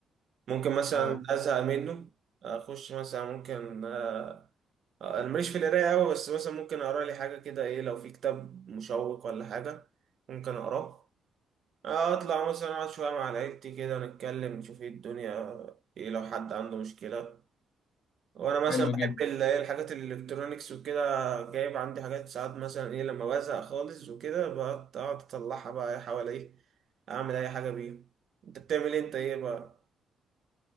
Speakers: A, on the right (about 50°); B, on the left (about 55°).
A: ممكن مثلا
B: اه
A: أزهق منه أخش مثلا ممكن آه، آه، أنا ماليش في القراية أوي بس مثلا ممكن أقرأ لي حاجة كده إيه لو في كتاب مشوق ولا حاجة ممكن أقراه آه، أطلع مثلا أقعد شوية مع عيلتي كده نتكلم نشوف إيه الدنيا إيه لو حد عنده مشكلة وانا مثلا
B: حلو
A: بحب
B: جدا
A: ال- إيه الحاجات الالكترونيكس وكده جايب عندي حاجات ساعات مثلا ايه لما بزهق خالص وكده بقعد أقعد اطلعها بقى إيه حواليه اعمل اي حاجه بيها انت بتعمل إيه انت ايه بقى